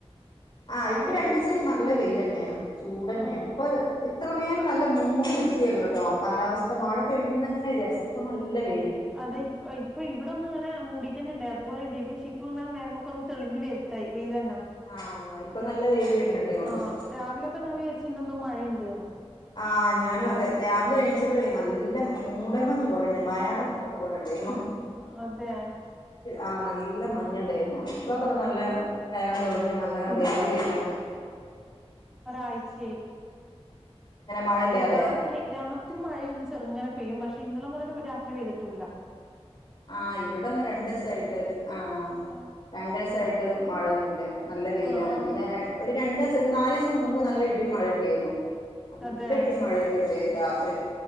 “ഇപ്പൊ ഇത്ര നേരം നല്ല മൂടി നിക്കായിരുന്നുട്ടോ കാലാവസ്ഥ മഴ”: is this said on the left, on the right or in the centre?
Left